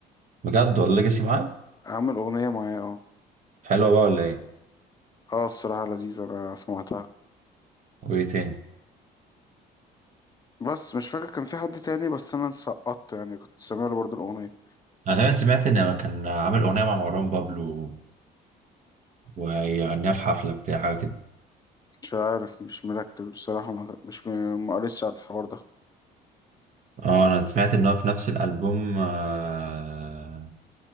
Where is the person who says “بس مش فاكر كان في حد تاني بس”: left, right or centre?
Left